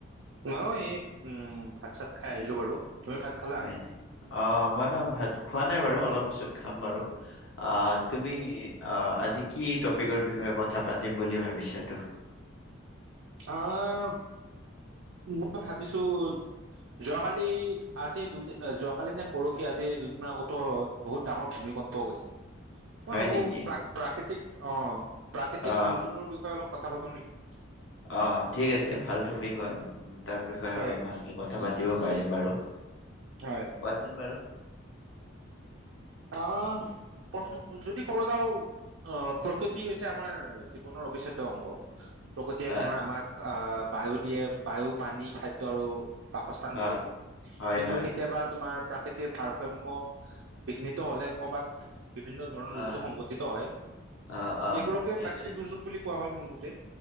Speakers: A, on the right; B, on the left.
A: মইও এই উম, ভাত চাত খাই আহিলোঁ বাৰু, তুমি ভাত খালা?
B: হয়, অ', মই অ', ভাত খোৱা নাই বাৰু, অলপ পিছত খাম বাৰু। অ', তুমি অ', আজি কি টপিকৰ বিষয়ে কথা পাতিম বুলি ভাবিছাতো?
A: অ'। মই ভাবিছোঁ যোৱাকালি আজি দুদিন যোৱাকালি নে পৰহি আজি দুদিনমান আগতো বহুত ডাঙৰ ভূমিকম্প গৈছে। মই
B: হয়
A: ভাবোঁ
B: নেকি
A: প্ৰা-প্ৰাকৃতিক অ', প্ৰাকৃতিক
B: অ
A: দুৰ্যোগৰ বিষয়ে অলপ কথা পাতোঁ নেকি!
B: অ', ঠিক আছে ভাল টপিক হয়, তাৰ বিষয়ে
A: হয়
B: অলপ ভালকে কথা পাতিব পাৰিম বাৰু।
A: হয়।
B: কোৱাচোন বাৰু?
A: আহ, প্ৰথম যদি ক'ব যাওঁ অ', প্ৰকৃতি হৈছে আমাৰ জীৱনৰ অবিচ্ছেদ্য অংগ। প্ৰকৃতিয়ে
B: হা
A: তোমাৰ আমাক আহ, বায়ু দিয়ে বায়ু পানী খাদ্য আৰু বাসস্থান দিয়ে।
B: অ হয়
A: কিন্তু
B: হয়
A: কেতিয়াবা তোমাৰ প্ৰাকৃতিক ভাৰসাম্য বিঘ্নিত হ'লে ক'বাত বিভিন্ন ধৰণৰ দুৰ্যোগ
B: অ
A: সংঘটিত হয়,
B: অ অ
A: সেইবোৰকে প্ৰাকৃতিক দুৰ্যোগ বুলি কোৱা হয়, মোৰ মতে।